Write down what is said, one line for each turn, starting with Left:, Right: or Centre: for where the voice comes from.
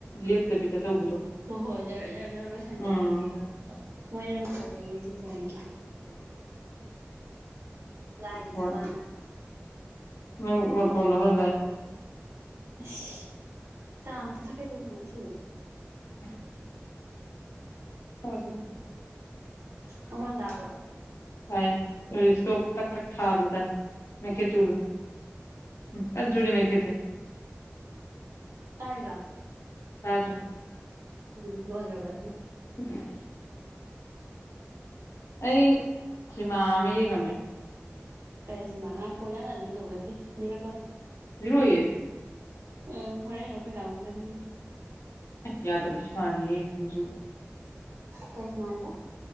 Left: ꯂꯦꯞꯇꯕꯤꯗ꯫ ꯇꯧꯕꯗꯣ
Right: ꯍꯣꯏ ꯍꯣꯏ ꯖꯔ ꯖꯔ ꯖꯔ ꯂꯣꯏꯁꯟꯈꯤꯕꯒꯤ
Left: ꯎꯝ
Right: ꯃꯣꯏꯅ ꯂꯣꯏꯁꯤꯜꯂꯛꯏꯅꯦꯁꯦ ꯊꯑꯣꯏꯀꯤ꯫
Left: <inaudible>
Right: ꯂꯥꯏꯗꯅꯕꯅ
Left: ꯍꯣꯏ ꯅꯪ ꯃꯈꯣꯟꯗꯣ ꯈꯔ ꯇꯥꯏ꯫
Right: ꯑꯁ ꯆꯥ ꯑꯝꯇ ꯊꯛꯀꯦ ꯇꯧꯕꯅꯦ ꯁꯤꯅꯦ
Left: ꯎ ꯍꯣꯏ ꯍꯣꯏ
Right: ꯍꯣꯟꯗ
Left: ꯇ ꯊ ꯊꯛ ꯊꯥꯕ ꯃ ꯈ ꯆꯨꯕꯗ ꯎ ꯀ ꯆꯨꯔꯤ ꯃ ꯈꯦꯗ
Right: ꯇꯥꯏꯒ
Left: ꯁꯥꯔ
Right: ꯎꯝ ꯂꯣꯏꯗ꯭ꯔꯔꯕ ꯑꯗꯨꯅ
Left: <inaudible> ꯑꯩ ꯁꯤꯃꯥ ꯑꯃ ꯌꯦꯡꯉꯝꯃꯦ
Right: ꯀꯔꯤꯁꯤꯃ ꯉꯥꯏ ꯈꯣꯟꯅꯒ ꯂꯤꯗꯧ ꯅꯠꯇꯦ ꯂꯤꯔꯛꯀꯅꯨ
Left: ꯦ
Right: ꯑ ꯍꯣꯔꯦꯟ ꯅꯈꯣꯏ ꯂꯥꯎꯒꯤꯗꯗꯤ
Left: ꯌꯥꯗꯕꯒꯤ ꯁꯃꯅꯤꯍꯦ ꯅꯪꯁꯨꯨ
Right: ꯀꯩ ꯃꯥꯅꯦꯕ